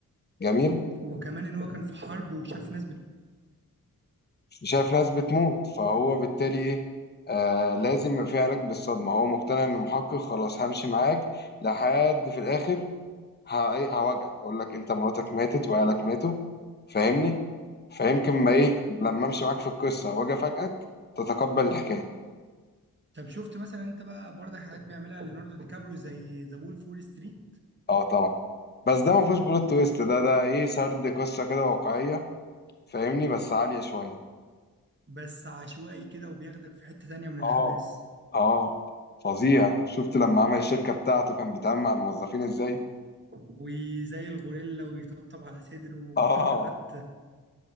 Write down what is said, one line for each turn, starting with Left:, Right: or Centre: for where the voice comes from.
Left: جميل
Right: وكمان ان هو كان في حرب وشاف ناس بت...
Left: شايف ناس بتموت فهو بالتالي ايه آه لازم يبقى في علاج بالصدمه هو مقتنع انه محقق خلاص همشي معاك لحد في الاخر ه- إيه، هواجهك اقول لك انت مراتك ماتت وعيالك ماتوا فاهمني فيمكن ما ايه لما امشي معاك في القصه واجي افاجئك تتقبل الحكايه
Right: طب شفت مثلا انت بقى برضه حاجات بيعملها ليوناردو دي كابريو زي ذا وولف وول ستريت
Left: اه طبعا بس ده ما فيهوش بلوت تويست ده ده ايه سرد قصه كده واقعيه فاهمني بس عاليه شويه
Right: بس عشوائي كده وبياخدك في حته تانيه من
Left: اه
Right: الحماس
Left: اه فظيع شفت لما عمل الشركه بتاعته كان بيتعامل مع الموظفين ازاي
Right: وزي الغوريلا ويطبطب على صدره وحركات
Left: اه